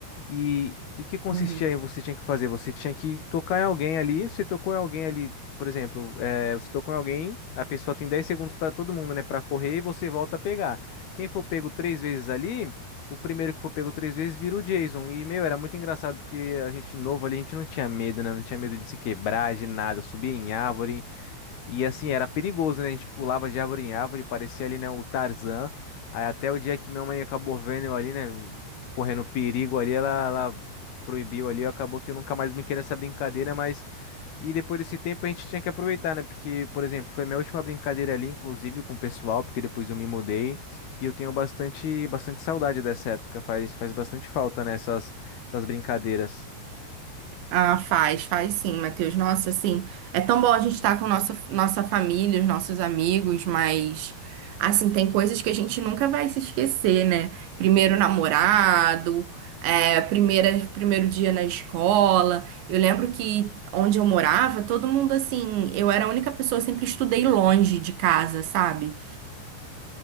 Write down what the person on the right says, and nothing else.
Uhum.
Ah, faz, faz sim, Matheus. Nossa, assim, é tão bom a gente estar com nossa, nossa família, os nossos amigos, mas, assim, tem coisas que a gente nunca vai se esquecer, né? Primeiro namorado, é, primeira, primeiro dia na escola. Eu lembro que onde eu morava, todo mundo, assim, eu era a única pessoa, sempre estudei longe de casa, sabe?